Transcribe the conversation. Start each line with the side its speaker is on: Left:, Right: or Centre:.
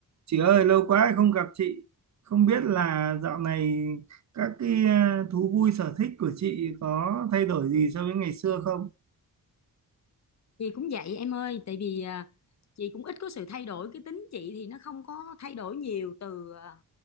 Right: Chị ơi, lâu quá không gặp chị. Không biết là dạo này các cái à, thú vui sở thích của chị có thay đổi gì so với ngày xưa không?
Left: chị cũng vậy em ơi tại vì à, chị cũng ít có sự thay đổi cái tính chị thì nó không có thay đổi nhiều từ à,